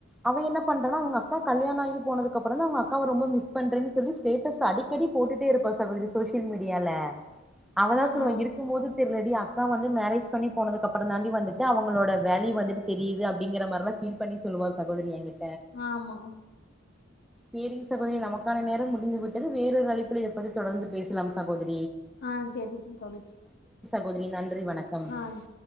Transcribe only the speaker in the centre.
அவ என்ன பண்றானா அவுங்க அக்காக் கல்யாண ஆகி போனதுகப்பறம்தான் அவுங்க அக்காவ ரொம்ப மிஸ் பண்றேன் சொல்லி ஸ்டேட்டஸ் ஸ அடிக்கடி போட்டுட் டு இருப்பா சகோதரி சோசியல் மீடியால அவதா
சொல்லுவ
இருக்க மோது தெர்லடி அக்கா வந்து மேரேஜ் பண்ணி போனதுக்கப்புறம் தாண்டி வந் துட்டு அவங்களோட வேல்யூ வந்துட்டு தெரியிது அப்படிங்கிற மாரிலா பீல் பண்ணி சொல்லுவா சகோதரி எங்கிட்
சேரிங் சகோதரி நமக்கான நேரம் முடிந்து விட் அது வேறொரு அழப்புல இத பத்தி தொடர்ந்து பேசலாம் சகோதி
கோதிரி நன் றி வணக்கம்